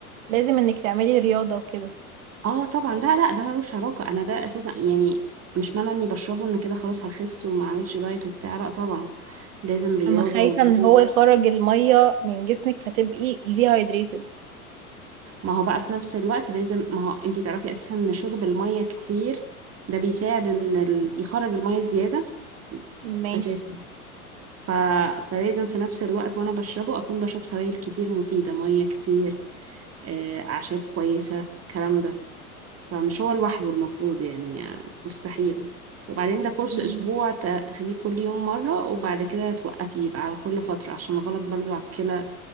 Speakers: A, on the right; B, on the right.
A: لازم انك تعملي رياضه وكده
B: اه طبعا لا لا ده ملوش علاقه انا ده اساسا يعني مش معنى اني بشربه ان كده خلاص هخس وما اعملش دايت وبتاع لا طبعا لازم رياضه
A: انا خايفه
B: ودايت
A: ان هو يخرج الميه من جسمك فتبقي dehydrated
B: ما هو بقى في نفس الوقت لازم ما هو انتي تعرفي اساسا ان شرب المية كتير ده بيساعد ان ال... يخرج المية زيادة
A: ماشي
B: اساسا ف... فلازم في نفس الوقت وانا بشربه اكون بشرب سوائل كتير مفيدة مية كتير آه، اعشاب كويسة الكلام ده فمش هو لوحده المفروض يعني آه، مستحيل وبعدين ده كورس
A: مم.
B: اسبوع ت- تاخديه كل يوم مرة وبعد كده توقفيه يبقى على كل فترة عشان غلط برضو على الكلى